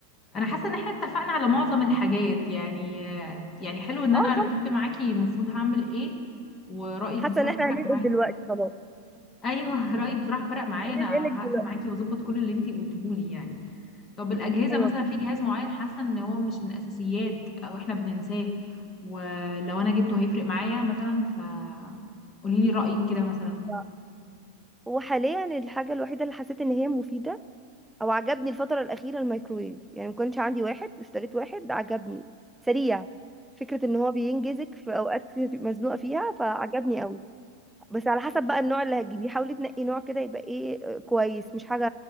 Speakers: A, on the left; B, in the centre.
A: انا حاسه ان احنا اتفقنا على معظم الحاجات يعني آه، يعني حلو ان
B: اه
A: انا رتبت
B: خلاص
A: معاكي المفروض هعمل ايه ورايك
B: حاسه
A: بصراحه
B: ان احنا
A: فرق
B: هننقل
A: معايا
B: دلوقتي خلاص
A: ايوه <laughs> رايك بصراحه فرق معايا
B: هننقلك
A: انا
B: دلوقتي
A: هقفل معاكي واظبط كل اللي انتي قلتيه لي يعني طب الاجهزه
B: ايوه
A: مثلا في جهاز معين حاسه ان هو مش من الاساسيات او احنا بننساه ولو انا جبته هيفرق معايا مثلا ف قولي لي رايك كده مثلا
B: بجد وحاليا الحاجة الوحيدة اللي حسيت ان هي مفيدة او عجبني الفترة الأخيرة الميكرويف يعني ما كانش عندي واحد اشتريت واحد عجبني سريع فكرة ان هو بينجزك في اوقات <laughs> كتير تبقي مزنوقة فيها فعجبني قوي بس على حسب بقى النوع اللي هتجيبيه حاولي تنقي نوع كده يبقى ايه آه، كويس مش حاجة